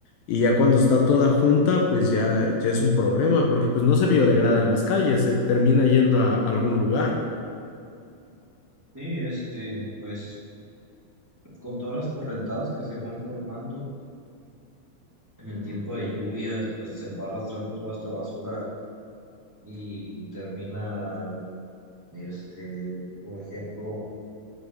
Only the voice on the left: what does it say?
Y ya cuando está toda junta, pues ya, ya es un problema, porque pues no se biodegrada en las calles, se termina yendo a algún lugar.